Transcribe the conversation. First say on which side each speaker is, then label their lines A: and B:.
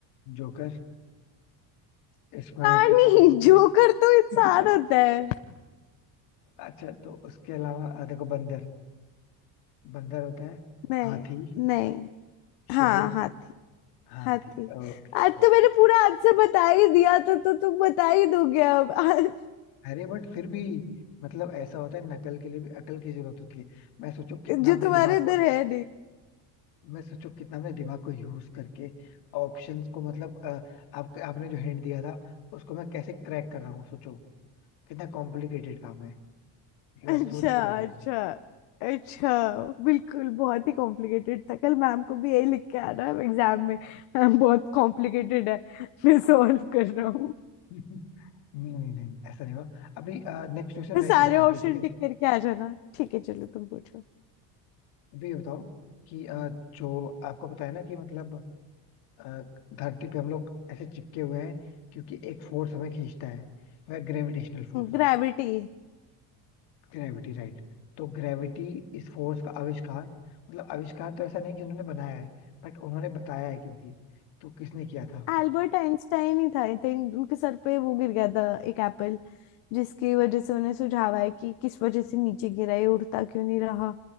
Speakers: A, on the left; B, on the left.
A: जोकर स्मरण
B: प्राणी
A: शक्ति
B: <laughs> जोकर तो इंसान
A: <laughs>
B: होता है
A: अच्छा तो उसके अलावा अ, देखो बंदर बंदर होता है
B: नहीं
A: हाथी
B: नहीं
A: शेर
B: हाँ हाथी
A: हाथी
B: हाथी
A: Okay
B: आज
A: okay
B: तो मैंने पूरा आंसर बता ही दिया तो तो तुम बता ही दोगे अब आज
A: अरे बट फिर भी मतलब ऐसा होता है नकल के लिए भी अकल की जरूरत होती है मैं सोचो कितना
B: <laughs> जो
A: हमने
B: तुम्हारे
A: दिमाग
B: अंदर
A: को
B: है
A: मैं सोचो कितना हमने दिमाग को यूज करके ऑप्शंस को मतलब अ, आप, आपने जो हिंट दिया था उसको मैं कैसे क्रैक कर रहा हूँ सोचो कितना कॉम्प्लिकेटेड काम है एक बार
B: अच्छा
A: सोच के तो देखो
B: अच्छा अच्छा बिल्कुल बहुत ही कॉम्प्लिकेटेड था कल मैम को भी यही लिख के आना है एग्जाम में मैम बहुत कॉम्प्लिकेटेड है मैं सॉल्व कर रहा हूँ
A: <laughs> नहीं नहीं नहीं ऐसा नहीं हुआ अभी नेक्स्ट क्वेश्चन
B: मैं
A: मैं
B: सारे
A: ही पूछता
B: ऑप्शन
A: हूँ फिर ठीक है
B: टिक करके आ जाना ठीक है चलो तुम पूछो
A: अभी ये बताओ कि अ, जो आपको पता है ना कि मतलब अ, धरती पे हम लोग ऐसे चिपके हुए हैं क्योंकि एक फोर्स हमें खींचता है वह ग्रेविटेशनल फोर्स
B: ग्रेविटी
A: Gravity right तो ग्रेविटी इस फोर्स का आविष्कार मतलब आविष्कार तो ऐसा नहीं कि उन्होंने बनाया है बट उन्होंने बताया है क्योंकि तो किसने किया था
B: एल्बर्ट आइंस्टाइन ही था आई थिंक उनके सर पे वो गिर गया था एक एप्पल जिसकी वजह से उन्हें सुझाव आया कि किस वजह से नीचे गिरा ये उड़ता क्यों नहीं रहा